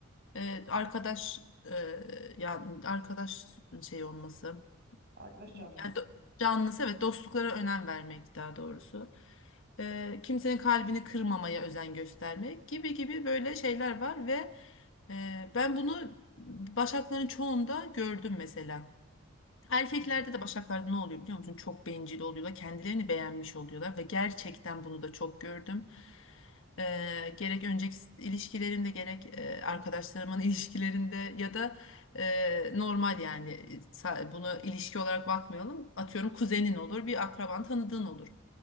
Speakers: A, on the left; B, on the right.
A: e, arkadaş e, yani arkadaş şey olması.
B: Arkadaş canlısı.
A: Yani do- canlısı evet dostluklara önem vermek daha doğrusu. Ee, kimsenin kalbini kırmamaya özen göstermek gibi gibi böyle şeyler var ve e, ben bunu başakların çoğunda gördüm mesela. Erkeklerde
B: Hı.
A: de başaklarda ne oluyor biliyor musun? Çok bencil oluyorlar. Kendilerini beğenmiş oluyorlar ve gerçekten bunu da çok gördüm. Ee, gerek önceki s- ilişkilerimde gerek e, arkadaşlarımın <laughs> ilişkilerinde ya da e, normal yani e, sa- buna ilişki olarak bakmayalım. Atıyorum kuzenin olur, bir akraban tanıdığın olur.